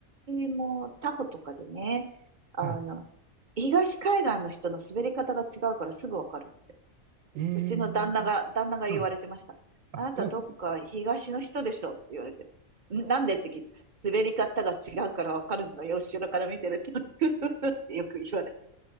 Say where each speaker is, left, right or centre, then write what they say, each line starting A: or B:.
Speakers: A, on the right; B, on the right.
A: もタホとかでね、あの、
B: はい。
A: 東海岸の人の滑り方が違うからすぐわかる。
B: えー、
A: うちの旦那が、旦那が言われてました。
B: はい。あ
A: あなたどっか東の人でしょって言われて。
B: <laughs>
A: んなんでって聞いて、滑り方が違うからわかるのよ、後ろから見てると。<laughs> ってよく言われて。